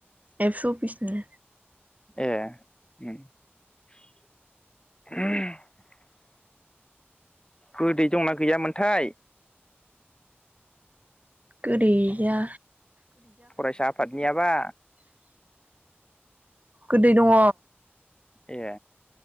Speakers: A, on the right; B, on the left.
A: एफस' अफिसनि।
B: ए गोदै दंना गैयामोनथाय।
A: गैदैया
B: फरायसा आफादनियाबा
A: गोदै दङ।
B: ए